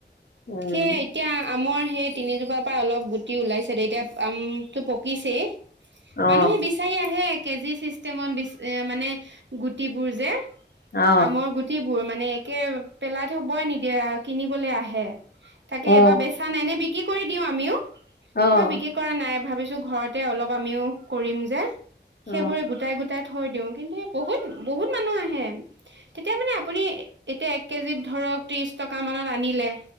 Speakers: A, on the left; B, on the right.
A: উম
B: সেই এতিয়া <unintelligible> আমৰ সেই তিনিজোপাৰ পৰা অলপ গুটি ওলাইছে তেতিয়া আম তো পকিছে।
A: অ
B: মানুহে বিচাৰি আহে কেজি চিষ্টেমত বি মানে গুটিবোৰ যে।
A: অ
B: আমৰ গুটিবোৰ মানে কে', পেলাই থবই নিদিয়ে আৰু কিনিবলৈ আহে। তাকে
A: অ
B: এবাৰ বেচা নাই নে কি কৰি দিওঁ আমিও?
A: অ',
B: এবাৰ বিক্ৰী নাই ভাবিছো ঘৰতে অলপ আমিও কৰিম যে। সেইবোৰে
A: অ
B: গোটাই- গোটাই থৈ দিও কিন্তু বহুত -বহুত মানুহ আহে, তেতিয়া মানে আপুনি এতিয়া এক কেজিত ধৰক ত্ৰিশ টকা মানত আনিলে